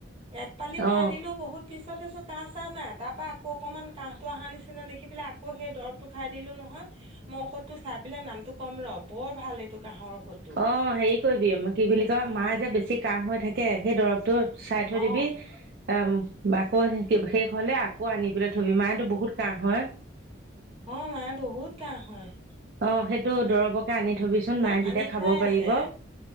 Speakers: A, on the right; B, on the right.
A: এক পালি খাই
B: অ
A: দিলোও বহুত পিছত চাইছো কাহ চাহ নাই তাৰ পৰা আকৌ অকণমান কাহটো অহা নিচিনা দেখি পেলাই আকৌ সেই দৰবটো খাই দিলো নহয় মই ঔষধটো চাই পেলাই নামটো কম ৰ বৰ ভাল এইটো কাঁহৰ ঔষধটো
B: অ হেৰি কৰিবি কি বুলি কয় মাৰ
A: অ
B: যে বেছি কাহ হৈ থাকে সেই দৰবটো চাই
A: অ',
B: থৈ দিবি অ আকৌ শেষ হলে আকৌ আনি পেলাই থবি মাৰতো বহুত কাহ হয়
A: অ মাঁৰ বহুত কাহ হয়
B: অ সেইটো
A: উম,
B: দৰবকে আনি থবিচোন
A: নাই
B: মায়ে তেতিয়া
A: আনি
B: খাব
A: থোৱাই
B: পাৰিব।
A: আছে,